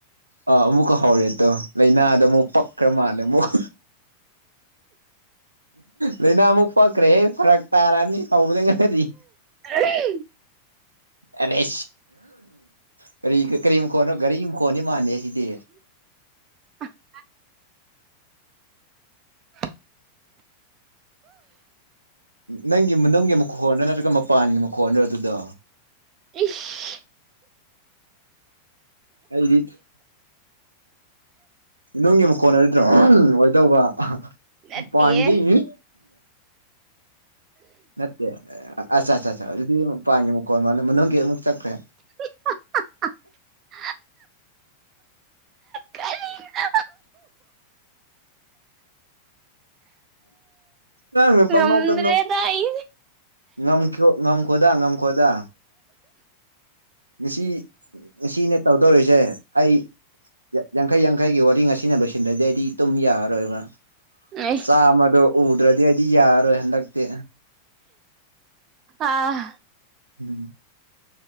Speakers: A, on the right; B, on the right.
A: ꯑꯥ ꯑꯃꯨꯛꯀ ꯍꯧꯔꯦ ꯑꯗꯣ ꯂꯥꯏꯅꯥꯗꯣ ꯑꯃꯨꯛ ꯄꯛꯈ꯭ꯔ ꯃꯥꯜꯂꯦ ꯑꯃꯨꯛ ꯂꯥꯏꯅꯥ ꯑꯃꯨꯛ ꯄꯛꯈ꯭ꯔꯦꯦ ꯐꯔꯛ ꯇꯥꯔꯑꯅꯤ ꯍꯧꯕꯅꯤ ꯉꯔꯤ
B: ꯑ
A: ꯑꯔꯦ ꯀꯔꯤ ꯀꯔꯤ ꯃꯈꯣꯟꯅꯣ ꯒꯥꯔꯤ ꯃꯈꯣꯅꯤ ꯃꯥꯟꯅꯦ ꯁꯤꯗꯤ
B: ꯑ <inaudible>
A: ꯅꯪ ꯅꯦ ꯃꯨ ꯍꯣ ꯅ ꯃꯄꯥꯟꯒꯤ ꯃꯈꯣꯟꯅ ꯑꯗꯨꯗ
B: ꯏꯁ
A: ꯑꯩꯠ ꯅꯨꯡꯒꯤ ꯃꯈ ꯀꯣꯟꯅꯔꯗ꯭ꯔꯣ ꯑꯣꯏꯗꯧꯕ
B: ꯅꯠꯇꯤꯌꯦ
A: ꯎꯞꯗꯦ ꯏ ꯅꯠꯇꯦ ꯑꯆꯥ ꯑꯆꯥꯆꯥ ꯑꯗꯨꯗꯤ ꯄꯥꯡꯉꯦ ꯃꯨꯛ ꯀꯣꯟ ꯃꯥꯜ ꯅꯪꯒꯤꯦ ꯑꯃꯨꯛ ꯆꯠꯈ꯭ꯔꯦ
B: <unintelligible> ꯀꯔꯤꯅꯣ
A: ꯎ ꯌꯥ ꯄꯪ ꯅꯧꯇ
B: ꯉꯝꯗ꯭ꯔꯦꯗ ꯑꯩ
A: ꯉꯝꯈꯣ ꯉꯝꯈꯣꯗꯥ ꯉꯝꯈꯣꯗꯥ ꯉꯁꯤ ꯉꯁꯤꯅꯦ ꯇꯧꯗꯧꯔꯤꯁꯦ ꯑꯩ ꯌꯥꯡꯈꯩ ꯌꯥꯡꯈꯩꯒꯤ ꯋꯥꯔꯤ ꯑꯁꯤꯅ ꯂꯣꯏꯁꯤꯟꯗꯁꯦ ꯑꯩꯗꯤ ꯇꯨꯝ ꯌꯥꯔꯔꯣꯏꯕ
B: ꯑꯩ
A: ꯆꯥꯃꯗꯣ ꯎꯗ꯭ꯔꯗꯤ ꯑꯩꯗꯤ ꯌꯥꯔꯔꯣꯏ ꯍꯟꯗꯛꯇꯤ
B: ꯑꯥ
A: ꯎꯝ